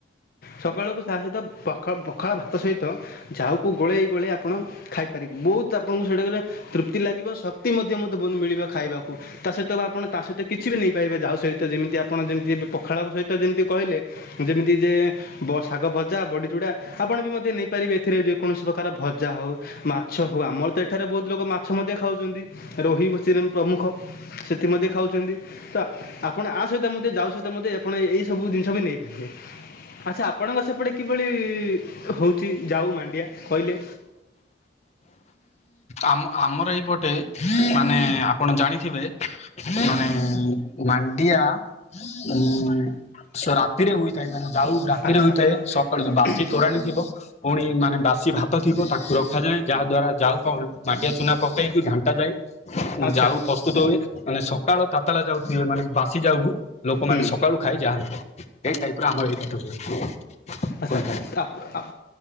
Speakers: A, on the left (about 55°); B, on the left (about 40°).
A: ସକାଳୁ ତା ସହିତ ପଖାଳ ପଖାଳ ଭାତ ସହିତ ଜାଉକୁ ଗୋଳେଇ ଗୋଳେଇ ଆପଣ ଖାଇପାରିବେ ବହୁତ ଆପଣଙ୍କୁ ସେଇଟା କଲେ ତୃପ୍ତି ଲାଗିବ ଶକ୍ତି ମଧ୍ୟ ମଧ୍ୟ ବହୁତ ମିଳିବ ଖାଇବାକୁ ତା ସହିତ ଆପଣ ତା ସହିତ କିଛି ବି ନେଇପା କେବେ ଯାଉ ସଇତ ଯେମିତି ଆପଣ ଯେମିତି ଏବେ ପଖାଳ ସହିତ ଯେମିତି କଇଲେ ଯେମିତି ଯେ ବସ୍ ଶାଗ ଭଜା, ବଡ଼ିଚୁଡ଼ା, ଆପଣ ବି ମଧ୍ୟ ନେଇପାରିବେ ଏଥିରେ ଯେକୌଣସି ପ୍ରକାର ଭଜା ହଉ ମାଛ ହଉ ଆମର ମତେ ଏଠାରେ ବହୁତ ଲୋକ ମାଛ ମଧ୍ୟ ଖାଉଚନ୍ତି ରୋହି, ଚିରିମ୍ ପ୍ରମୁଖ ସେଥି ମଧ୍ୟ ଖାଉଚନ୍ତି। ତ ଆପଣ ଆ ସହିତ ମଧ୍ୟ ଯାଉ ସହିତ ମଧ୍ୟ ଆପଣ ଏ-ଏଇ ସବୁ ଜିନିଷ ବି ନେଇପାରିବେ ଆଚ୍ଛା ଆ ଆପଣଙ୍କ ସେପଟେ କିଭଳି ହଉଚି ଯାଉ ମାଣ୍ଡିଆ କଇଲେ?
B: ଆମ ଆମର ଏଇପଟେ ମାନେ ଆପଣ ଜାଣିଥିବେ। ମାନେ ମାଣ୍ଡିଆ ଉଁ ସ ରାତିରେ ହୋଇଥାଏ ମାନେ ଯାଉ ରାତିରେ
A: ଆଚ୍ଛା
B: ହୋଇଥାଏ
A: ହୁଁ
B: ସକାଳୁ ବାସି ତୋରାଣୀ ଥିବ ପୁଣି ମାନେ ବାସି ଭାତ ଥିବ ତାଙ୍କୁ ରଖାଯାଏ ଯାହା ଦ୍ଵାରା ଯାଉ ହଉ ମାଣ୍ଡିଆ ଚୁନା ପକେଇକି ଘାଣ୍ଟା ଯାଏ।
A: ଆଚ୍ଛା
B: ଯାଉ ପ୍ରସ୍ତୁତ ହୁଏ ମାନେ ସକାଳ ତାତାଲା ଯାଉ ହିରୋଇନ୍ ମାନେ ବାସି ଯାଉକୁ ଲୋକମାନେ
A: ହୁଁ
B: ସକାଳୁ ଖାଇ ଯାଆନ୍ତି ଏଇ ଟାଇପ ର ଆମର ଏଇପଟେ ହୁଏ।
A: ଆଛା
B: ହୋଇଥାଏ
A: ଆପ ଆପ